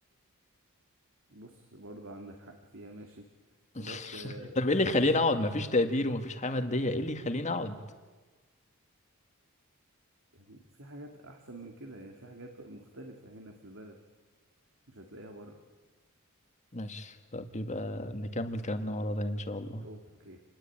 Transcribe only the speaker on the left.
<laughs>
طب ايه اللي يخليني اقعد مفيش تقدير ومفيش حياة مادية ايه اللي يخليني اقعد
ماشي طب يبقى نكمل كلامنا مرة تانية ان شاء الله